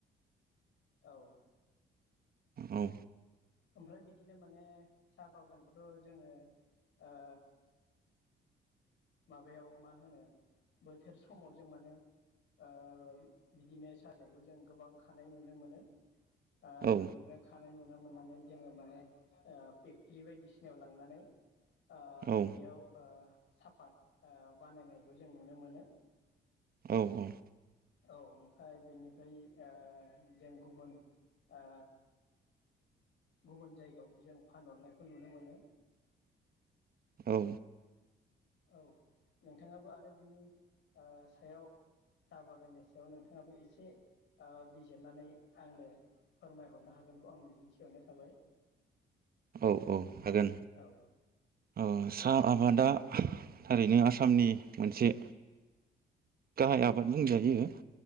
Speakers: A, on the left; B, on the right.
A: औ
B: औ
A: ओमफ्राय बिदिनो माने साहा बागानखौथ' जोङो ओ माबायाव मा होनो बोथोर समाव जों माने ओ बिदिनो सा बिलाइखौ जों गोबां खानाय नुनो मोनो। ओ
B: औ
A: बेनिफ्राय खानाय नुयो नुनो मोननानै जोङो माने ओ फेक्ट्रि बायदिसिनायाव लांनानै आ
B: औ
A: बेयाव ओ साफाद ओ बानायनायखौ जों नुनो मोनो।
B: औ औ
A: औ ओमफ्राय बेनिफ्राय ओ जों गुबुन आ गुबुन जायगायाव जों फानहरनायखौ नुनो मोनो।
B: औ
A: औ नोंथाङाबो आरो बिनि ओ सायाव साहा बागाननि सायाव नोंथाङाबो एसे ओ बिजिरनानै आंनो फोरमायहरनो हागोनखौ आं मिजिंथिहरनाय थाबाय।
B: औ औ हागोन
A: औ
B: औ सा आबादा थारैनो आसामनि मोनसे गाहाय आबाद बुंजायो।